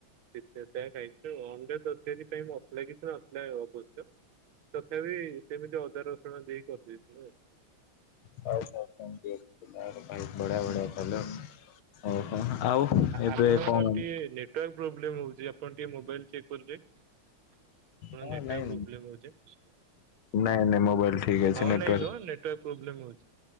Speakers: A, on the right; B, on the left.
A: ସେଇଠି ଯାହା ଖାଇଛୁ ଆଉ ଅଣ୍ଡା ତରକାରି ପାଇଁ ମସଲା କିଛି ନଥିଲା ଅବଶ୍ୟ ତଥାପି ସେମିତି ଅଦା ରସୁଣ ଦେଇକି କରିଦେଇ ଥିଲୁ ଆଉ।
B: ହଉ ହଉାଇ ବଢ଼ିଆ ବଢିଆ ଖାଇଲ। <inaudible> ଓହୋ ଆଉ ଏବେ
A: ଆପଣ
B: କଣ?
A: ଟିକେ ନେଟୱାର୍କ ପ୍ରୋବଲେମ୍ ହଉଛି ଆପଣ ଟିକେ ମୋବାଇଲ ଚେକ୍ କରନ୍ତେ। ଆପଣ
B: ହଁ
A: ନେଟୱାର୍
B: ନାଇଁ
A: ପ୍ରୋବ୍ଲେମ ହଉଛ?
B: ନାଇଁ ନାଇଁ ମୋବାଇଲ ଠିକ ଅଛି
A: ହଁ
B: ନେଟୱାର୍କ
A: ନାଇଁ ନୁହଁ ନେଟୱାର୍କ ପ୍ରୋବ୍ଲେମ୍ ହଉଛି